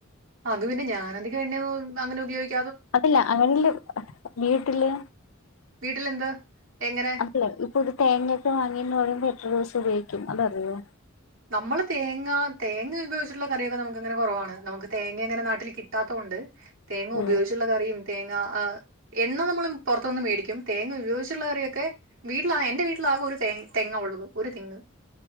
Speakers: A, on the right (about 65°); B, on the left (about 70°).
A: അത് പിന്നെ ഞാനധികം എണ്ണ അങ്ങനെ ഉപയോഗിക്ക
B: അതല്ല അങ്ങനെല് വീട്ടില്
A: വീട്ടിലെന്ത് എങ്ങനെ
B: അല്ല ഇപ്പൊ ഇ തേങ്ങൊക്കെ വാങ്ങി ന്ന പറയുമ്പോ എത്ര ദിവസം ഉപയോഗിക്കും അതറിയോ?
A: നമ്മള് തേങ്ങ തേങ്ങ ഉപയോഗിച്ചട്ടുള്ള കറിയൊക്കെ നമുക്ക്ങ്ങനെ കുറവാണ് നമുക്ക് തേങ്ങ അങ്ങനെ നാട്ടിൽ കിട്ടാതൊ ണ്ട് തേങ്ങ
B: ഓ
A: ഉപയോഗിച്ചുള്ള കറിയും തേങ്ങ എണ്ണ നമ്മൾ പുറത്തനിന്ന് മേടിക്കും. തേങ്ങ ഉപയോഗിച്ചുള്ള കറിയൊക്കെ വീട്ടിലാ എൻറെ വീട്ടിലാകും ഒരു തെ തെങ്ങ ഉള്ളത് ഒരു തെങ്ങ്.